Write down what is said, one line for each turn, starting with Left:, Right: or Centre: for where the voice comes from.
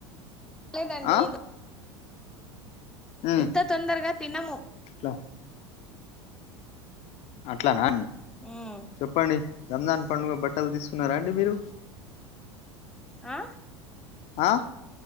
Centre: లేదండి
Left: ఆ ఉమ్,
Centre: ఇంత తొందరగా తినము
Left: అట్లా అట్లానా
Centre: ఉమ్
Left: చెప్పండి రంజాన్ పండుగ బట్ బట్టలు తీసుకున్నారా అండి మీరు
Centre: ఆ
Left: ఆ